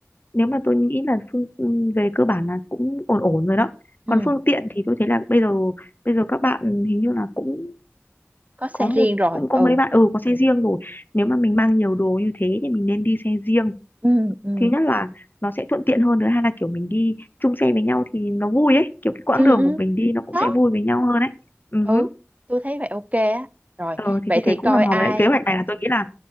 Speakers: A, on the left; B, on the right.
A: nếu mà tôi nghĩ là phương ừ, về cơ bản là cũng ổn ổn rồi đó
B: ừ
A: còn phương tiện thì tôi thấy là bây giờ bây giờ các bạn hình như là cũng
B: có xe
A: có một
B: riêng rồi
A: cũng có
B: ừ
A: mấy bạn ừ có xe riêng rồi nếu mà mình mang nhiều đồ như thế thì mình nên đi xe riêng
B: ừ ừ
A: thứ nhất là nó sẽ thuận tiện hơn thứ hai là kiểu mình đi chung xe với nhau thì nó vui ấy kiểu cái quãng
B: ừ
A: đường
B: ừ
A: của mình đi nó cũng
B: đó
A: sẽ vui với nhau hơn ấy ừ
B: ừ
A: hứ.
B: tôi thấy vậy ok á rồi
A: ờ, thì
B: vậy
A: tôi
B: thì
A: thấy cũng
B: coi
A: hòm hòm
B: ai
A: đấy kế hoạch này là tôi nghĩ là